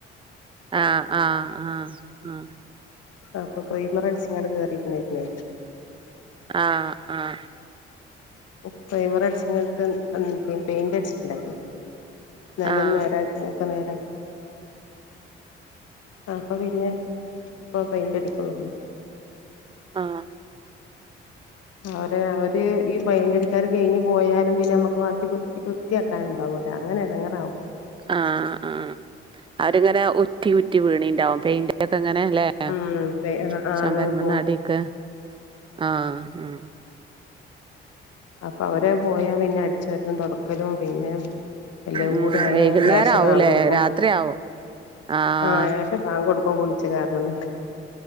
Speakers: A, on the right; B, on the left.
A: ആഹ് ആഹ് ആഹ് ആഹ്.
B: ആ അപ്പൊ പ്രൈമറടിച്ച്ങ്ങാണ്ട് കേറിര്ന്നാര്ന്നേ.
A: ആഹ് ആഹ്.
B: പ്പോ പ്രൈമർ അടിച്ചിണ്ടാണ്ട് അം പെ പെയിന്റ് അടിച്ചിട്ട്ണ്ടായിന്ന് നിലം
A: ആഹ്
B: നേരാക്കെ നേരാ ആഹ് അപ്പ പിന്നെ ഇപ്പൊ പെന്റ അടിക്കുന്നു
A: ആഹ്
B: അവരെ അവര് ഈ പയിന്റടിക്കാര് കഴിഞ്ഞ് പോയാലും പിന്നെ നമ്മുക്ക് ബാക്കി പോത്തി പൊ വൃത്തിയാക്കാനിണ്ടാവും അങ്ങനെടങ്ങേറാവും
A: ആഹ് ആ അവരിങ്ങനെ ഒറ്റി ഒറ്റി വീണിണ്ടാവും പെയിന്റൊക്കെ ഇങ്ങനെ ല്ലെ ആ
B: ആഹ് പെ ആഹ് ആഹ്
A: ചമരമേന്ന്
B: പോകും
A: ആടിക്ക് ആ ഉം
B: അപ്പൊ അവരെ പോയാ പിന്നെ അടിച്ച് വാരലും തൊടക്കലും പിന്നെ എല്ലോം
A: ഉം
B: കൂടി ആയാ
A: വൈകുന്നേരം
B: യാശ
A: ആവൂലേ
B: ബാങ് കൊടുക്കും
A: രാത്രി ആവും ആഹ്
B: ആയാ പക്ഷെ ബാങ്ക് കൊടുക്കും കുളിച്ച് കേറണം